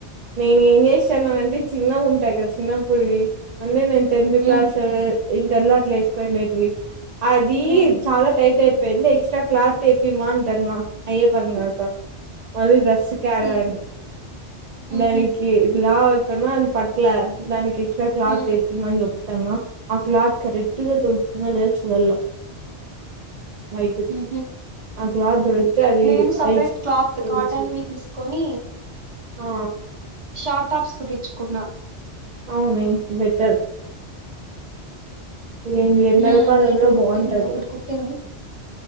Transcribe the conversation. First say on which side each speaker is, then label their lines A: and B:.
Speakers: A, on the right; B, on the right.
A: నేను ఏం చేస్తాను అంటే చిన్న ఉంటాయి కదా చిన్నప్పటివి అంటే నేను టెన్త్
B: హ్మ్.
A: క్లాస్ ఇంటర్ లో అట్లా వేసుకుండేటివి అది
B: హ్మ్.
A: చాలా టైట్ అయి ఎక్స్ట్రా క్లాత్ తెప్పిమఅంటన అయ్యే పన్నాతో మళ్ళీ డ్రెస్ కడ
B: హ్మ్.
A: అని
B: హుహు.
A: దానికి లావు అయితాన్న అది పట్ల దానికి ఎక్స్ట్రా క్లాత్
B: ఉమ్,
A: తెప్పియమని చెప్తాన ఆ క్లాత్ కరెక్ట్ గా
B: ఉమ్,
A: దొరుకుతుందో లేదో చూడాలా వైట్ ది
B: ఉమ్హు.
A: ఆ క్లాత్ దొరుకుతే అది
B: నేను సపరేట్
A: ఎచ్
B: క్లాత్ కాటన్వి
A: ఎచ్
B: తీసుకొని
A: ఆ
B: షార్ట్ టాప్స్ కుట్టించుకున్నా
A: అవును బెటర్ మెయిన్ ఎండల
B: ఉమ్
A: కాలంలో
B: రెడ్ కుట్టింది
A: బాగుంటది
B: ఒకటి కుట్టింది